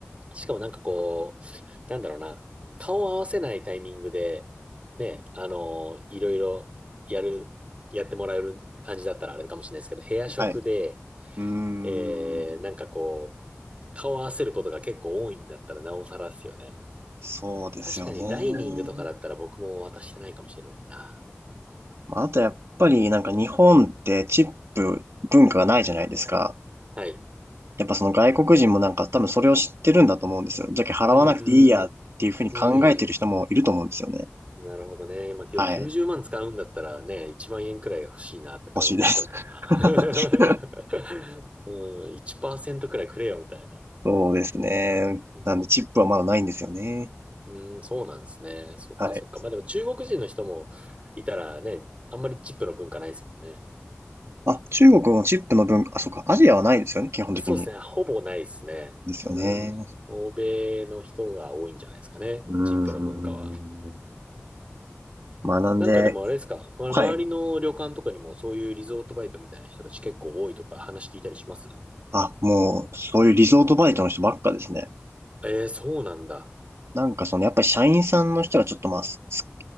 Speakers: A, on the right; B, on the right.
A: しかもなんかこう、なんだろうな、顔を合わせないタイミングで、ね、あのいろいろやる、やってもらえる感じだったらあれかもしれないですけど、部屋食で、
B: はい。うーん。
A: えー、なんかこう、顔を合わせることが結構多いんだったらなおさらですよね。
B: そうですよね。
A: 確かにダイニングとかだったら僕も渡してないかもしれないな。
B: まあ、あとやっぱりなんか日本ってチップ文化がないじゃないですか。
A: はい。
B: やっぱその外国人もなんか多分それを知ってるんだと思うんですよ。じゃけ払わなくていいやっていうふうに考えてる人もいると思うんですよね。
A: うーん。うん。なるほどね。まあ、今日90万使うんだったらね、
B: はい。
A: 1万円くらい欲しいなってか思っちゃうけどな。
B: 欲しいです。<laughs>
A: <laughs> うん、1%くらいくれよみたいな。
B: そうですね。
A: うん、
B: なんで、チップはまだないんですよね。
A: うん、そうなんですね。そっかそっか。
B: はい。
A: まあでも中国人の人もいたらね、あんまりチップの文化ないですもんね。
B: あ、中国のチップの分、あ、そっか、アジアはないですよね、基本的に。
A: そうですね。ほぼないですね。
B: ですよね。
A: うん。欧米の人が多いんじゃないですかね。
B: うーん。
A: チップの文化は。
B: まあ、なんで、
A: なんかでもあれですか、ま周りの旅館とかにもそういうリゾートバイトみたいな人たち結構多いとか話聞いたりします
B: はい。あ、もう、そういうリゾートバイトの人ばっかですね。
A: ええ、そうなんだ。
B: なんかその、やっぱり社員さんの人がちょっとまあ、すす